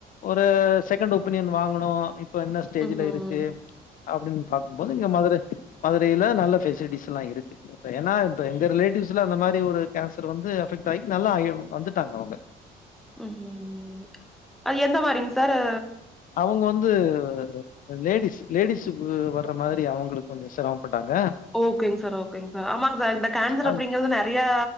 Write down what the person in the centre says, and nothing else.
ம்.
ம் அது எந்த மாரிங் சாரு
ஓகேங் சார் ஓகேங் சார் ஆமாங் சார் இந்த கேன்சர்
அப்டிங்கிறது நெறையா